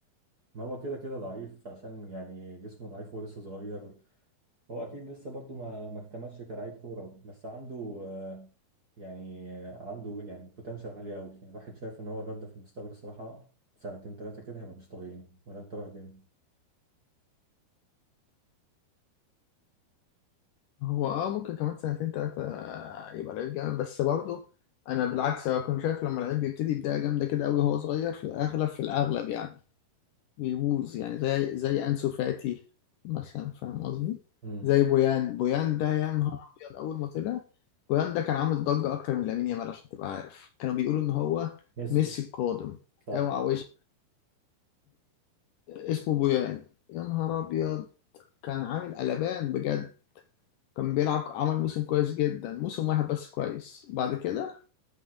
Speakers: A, on the right (about 35°); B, on the left (about 70°).
A: ما هو كده كده ضعيف عشان يعني جسمه ضعيف ولسه صغير هو اكيد لسه برضه ما ما اكتملش كلاعب كوره بس عنده آه، يعني آه، عنده يعني بوتنشال عالي قوي يعني الواحد شايف ان هو الواد ده في المستقبل الصراحه سنتين ثلاثه كده هيبقى مش طبيعي ولا انت رايك ايه؟
B: هو اه ممكن كمان سنتين تلاتة يبقى لعيب جامد بس برضه أنا بالعكس أنا كنت شايف لما لعيب بيبتدي بداية جامدة كده أوي وهو صغير في الأغلب في الأغلب يعني بيبوظ يعني زي زي أنسو فاتي مثلا فاهم قصدي
A: امم
B: زي بويان بويان ده يا نهار أبيض أول ما طلع بويان ده كان عامل ضجة أكتر من لامين يامال عشان تبقى عارف كانوا بيقولوا إن هو
A: ميسي
B: ميسي القادم
A: صح
B: اوعى وش اسمه بويان يا نهار أبيض كان عامل قلبان بجد كان بيلعب عمل موسم كويس جدا موسم واحد بس كويس بعد كده